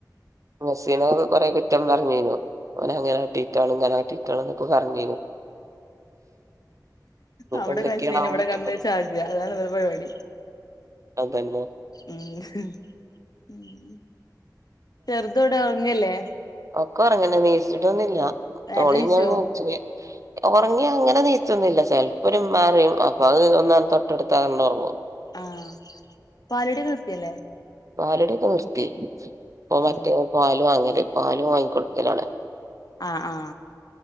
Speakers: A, on the right; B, on the left.
A: മെസ്സിനൊക്കെ കൊറെ കു റ്റം പറഞ്ഞേനു. ഓനങ്ങനാട്ടീട്ടാണ് ങ്ങനാട്ടീട്ടാണ് ന്നൊക്കെ പറഞ്ഞേനു.
B: അവിടെ
A: എന്തൊക്കെയാണാവോ
B: കൾചേന് വടെ
A: പറ്റുന്നത്
B: കട്ന്ന് ചാക അതാണ് വരെ പര്പാടി.
A: അതെന്നെ
B: ഉം മ്മ്ഹ് ഉം ചെറുതവടെ ഒറങ്ങല്ലേ
A: ഒക്കൊറങ്ങനെ നീച്ചിട്ടൊന്നില്ല
B: നേരത്തെ
A: ഓളിഞ്ഞൊറങ്ങും
B: നീച്ചോ
A: <unintelligible>
B: <inaudible>
A: ഒറങ്ങി അങ്ങനെ നീച്ചൊന്നില്ല ചെലപ്പൊരിമ്മാറിയും അപ്പൊ അത് ഒന്നാണ്ട് തൊട്ടൊടുത്ത അങ്ങനൊറങ്ങും
B: ആ പാലുടി നിറുത്തിഅല്ലേ
A: പാലുടി ഒക്കെ നിർത്തി ഇപ്പൊ മറ്റേ
B: ഉം
A: പാല് വാങ്ങല് പാല് വാങ്ങിക്കൊട്ക്കലാണ്
B: ആ അ